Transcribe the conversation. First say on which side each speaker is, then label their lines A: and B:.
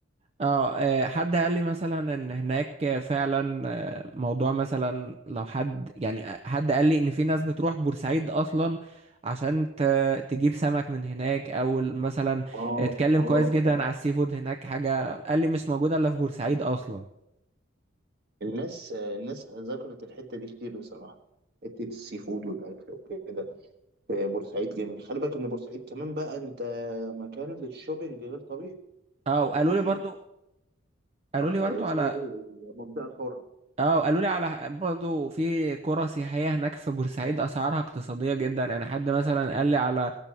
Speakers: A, on the right (about 30°); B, on the right (about 50°).
A: اه آه، حد قال لي مثلا ان هناك فعلا آه، موضوع مثلا لو حد يعني آه، حد قال لي ان في ناس بتروح بورسعيد اصلا عشان ت- تجيب سمك من هناك او مثلا
B: اه
A: اتكلم
B: اه
A: كويس جدا
B: اه
A: على السي فود هناك حاجة قال لي مش موجودة الا في بورسعيد اصلا
B: الناس آه، الناس ذكرت الحته دي كتير بصراحه حته السي فود والاكل وكده آه، بورسعيد جميل خلي بالك ان بورسعيد كمان بقى انت مكان للشوبينج غير طبيعي
A: اه وقالوا
B: دي
A: لي برضو قالوا
B: آه،
A: لي برضو
B: اسمها
A: على
B: ايه المنطقه الحره
A: اه قالوا لي على برضه في قرى سياحية هناك في بورسعيد أسعارها اقتصادية جدا يعني حد مثلا قال لي على